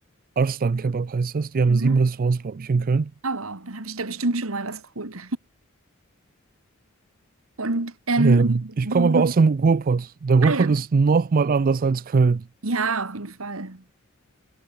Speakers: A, on the right; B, on the right.
A: Arslan Kebab heißt das. Die haben
B: Hm?
A: sieben Restaurants, glaube ich, in Köln.
B: Oh wow, dann habe ich da bestimmt schon mal was geholt. <laughs> Und ähm,
A: Ähm, ich
B: wo,
A: komme aber aus dem Ruhrpott. Der Ruhrpott
B: ah ja,
A: ist nochmal anders als Köln.
B: ja, auf jeden Fall.